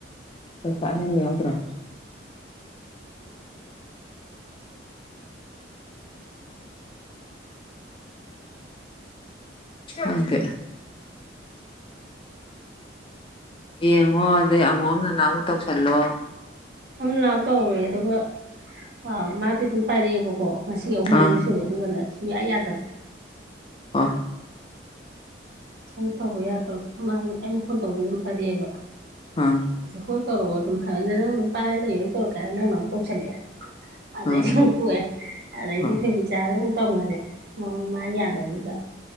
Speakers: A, on the left; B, on the right.
A: ꯄꯁ ꯍꯦꯟꯕ ꯌꯥꯎꯗ꯭ꯔꯣ ꯍꯗꯦ ꯌꯦꯡꯉꯣ ꯑꯗꯩ ꯑꯉꯣꯝ ꯅꯅꯥꯎꯗ ꯇꯧꯁꯜꯂꯣ
B: ꯅꯥꯎ ꯇꯧꯔꯦ ꯑꯗꯨꯒ ꯑ ꯃꯥꯗꯤ ꯑꯗꯨꯝ ꯄꯥꯏꯔꯛꯑꯦꯕꯀꯣ ꯉꯁꯤꯒꯤ ꯑꯍꯨꯝ ꯃꯔꯤꯔꯛ
A: ꯑꯥ
B: ꯁꯨꯔꯦ ꯑꯗꯨꯒꯅꯦ ꯁꯨꯌꯥ ꯌꯥꯗꯕ
A: ꯑꯣ
B: ꯑꯩꯅ ꯇꯧꯕ ꯌꯥꯗꯕ ꯃꯥꯅ ꯑꯩꯅ ꯐꯣꯟ ꯇꯧꯕꯗ ꯑꯗꯨꯝ ꯄꯥꯏꯔꯛꯑꯦꯕ
A: ꯎꯝ
B: ꯍꯣꯏ ꯇꯧꯔꯛꯑꯣ ꯑꯗꯨꯝ ꯍꯥꯏ ꯑꯩꯅ ꯅꯪ ꯑꯗꯨꯝ ꯄꯥꯏꯔ ꯂꯩꯌꯨ ꯑꯩ ꯇꯧꯔꯛꯀꯦ ꯀꯥꯏꯔꯦ ꯅꯪꯅ ꯑꯃꯨꯛ ꯇꯧꯁꯜꯂꯛꯑꯦ ꯑꯗꯩ
A: ꯑꯥ
B: ꯁꯨꯝ ꯇꯣꯛꯑꯦ ꯑꯗꯩꯗꯤ
A: ꯍꯣꯏ
B: ꯊꯣꯏꯕꯤꯆꯥꯥꯒꯃꯨꯛ ꯇꯧꯅꯔꯦ ꯃꯣꯟ ꯃꯥ ꯌꯥ <unintelligible>